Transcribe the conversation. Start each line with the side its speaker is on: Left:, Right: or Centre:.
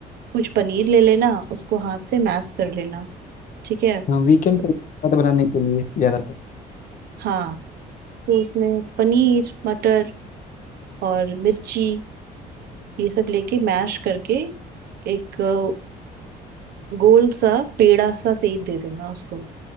Right: कुछ पनीर ले लेना उसको हाथ से मैश कर लेना ठीक है
Left: हाँ वीकेंड
Right: स-
Left: पे खाना बनाने के लिए यार तो
Right: हाँ तो उसमें पनीर मटर और मिर्ची ये सब लेके मैश करके एक अ, गोल सा पेड़ा सा शेप दे देना उसको